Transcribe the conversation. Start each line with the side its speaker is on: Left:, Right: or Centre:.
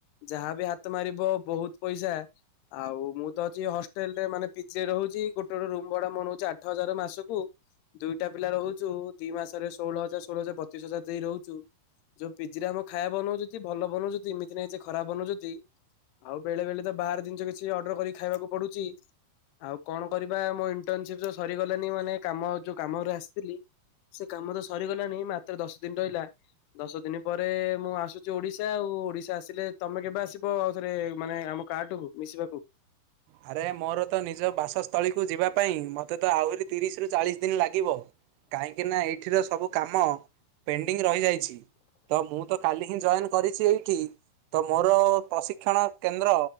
Left: ଯାହାବି ହା ତ ମାରିବ ବହୁତ ପଇସା। ଆଉ ମୁଁ ତ ଅଛି ହଷ୍ଟେଲ୍ ରେ ମାନେ ପିଜେ ରହୁଚି। ଗୋଟେ ଗୋଟେ ରୁ ବଡ ମୁନଉଛି ଆଠ ହଜାରେ ମାସକୁ। ଦୁଇଟା ପିଲା ରହୁଛୁ ଦି ମାସରେ ଷୋହଳ ହଜାର ଷୋହଳ ହଜାର ବତିସି ହଜାର ଦେଇ ରହୁଛୁ। ଯୋଉ ପିଜିରେ ଆମ ଖାଇବା ବନଉଚନ୍ତି ଭଲ ବାନଉଚନ୍ତି ଏମିତି ନାଇ ଯେ ଖରାପ ବନଉଚନ୍ତି। ଆଉ ବେଳେ ବେଳେ ତ ବାହାର ଜିନିଷ କିଛି ଅର୍ଡର କରିିକି ଖାଇବାକୁ ପଡୁଚି। ଆଉ କଣ କରିବା ମୋ ଇଣ୍ଟରନସିପ ସରିଗଲାନି ମାନେ କାମ ଯୋଉ କାମରେ ଆସିଥିଲି ସେ କାମ ତ ସରିଗଲାଣିି ମାତ୍ର ଦଶ ଦିନ ରହିଲା। ଦଶ ଦିନି ପରେ ମୁଁ ଆସୁଚି ଓଡିଶା ଆଉ ଓଡିଶା ଆସିଲେ ତମେ କେବେ ଆସି ବ ଆଉ ଥରେ ମାନେ ଆମ କାହାଠୁକୁୁ ମିଶିବାକୁ
Right: ଆରେ ମୋର ତ ନିଜ ବାସସ୍ଥଳୀକୁ ଯିବା ପାଇଁ ମତେ ତ ଆହୁରି ତିରିଶି ରୁ ଚାଳିଶି ଦିନି ଲାଗିବ। କାହିଁକି ନା ଏଇଠିର ସବୁ କାମ ପେଣ୍ଡିଂ ରହିଯାଇଛି। ତ ମୁଁ ତକାଲି ହିଁ ଜଏନି କରିଛି ଏଇଠି। ତ ମୋର ପ୍ରଶିକ୍ଷଣ କେନ୍ଦ୍ର